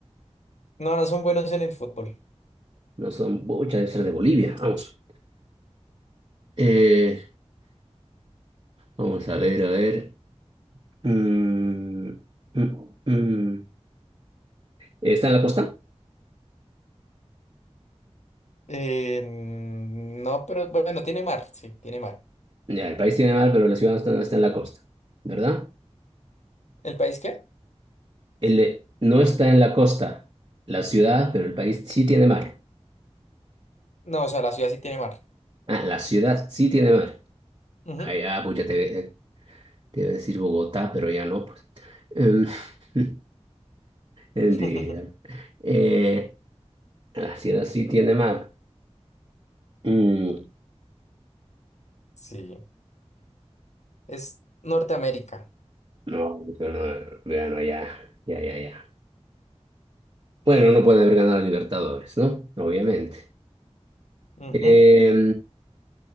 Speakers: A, on the left; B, on the right.
A: No, no son buenos en el fútbol.
B: No son, muchas debe ser de Bolivia. Vamos. Eh, Vamos a ver, a ver. Mm, mm, mm. ¿Está en la costa?
A: Eh, no, pero bueno, tiene mar, sí, tiene mar.
B: Ya, el país tiene mar, pero la ciudad no está, no está en la costa, ¿verdad?
A: ¿El país qué?
B: El de- no está en la costa, la ciudad, pero el país sí tiene mar.
A: No, o sea, la ciudad sí tiene mar.
B: Ah, la ciudad sí tiene mar.
A: Ujú.
B: Ah, ya, pues ya te, te iba a decir Bogotá, pero ya no, pues. Em, <laughs> mentira.
A: <laughs>
B: Eh, la ciudad sí tiene mar. Mm,
A: Sí. Es Norteamérica.
B: no, pero no, bueno, ya, ya, ya, ya. Bueno, no pueden haber ganado a Libertadores, ¿no? Obviamente.
A: Ujú.
B: Eh,